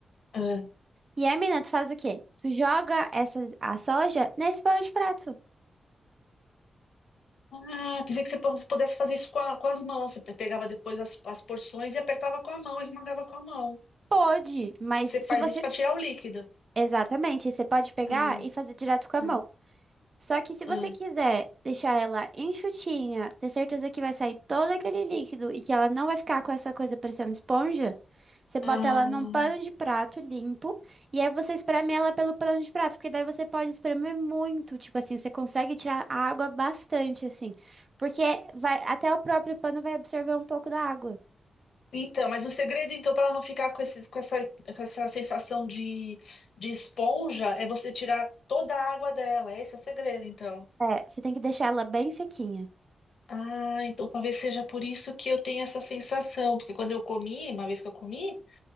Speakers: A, on the left; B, on the right.
A: Ah,
B: E aí, menina, tu faz o quê? Tu joga essa, a soja nesse pano de prato.
A: ah, pensei que você pu- pudesse fazer isso com, a- com as mãos. Você pe- pegava depois as, as porções e apertava com a mão, esmagava com a mão.
B: Pode, mas
A: Você
B: se
A: faz
B: você...
A: isso para tirar o líquido.
B: Exatamente, você pode pegar
A: Ah,
B: e fazer direto com a
A: ah,
B: mão. Só que se você
A: ah,
B: quiser deixar ela enxutinha, ter certeza que vai sair todo aquele líquido e que ela não vai ficar com essa coisa parecendo esponja, você bota
A: ah.
B: ela num pano de prato limpo e aí você espreme ela pelo pano de prato, porque daí você pode espremer muito, tipo assim, você consegue tirar a água bastante assim, porque vai até o próprio pano vai absorver um pouco da água.
A: Então, mas o segredo, então, para não ficar com esses, com essa, com essa sensação de, de esponja, é você tirar toda a água dela. Esse é o segredo, então.
B: É, você tem que deixar ela bem sequinha.
A: Ah, então talvez seja por isso que eu tenho essa sensação, porque quando eu comi, uma vez que eu comi,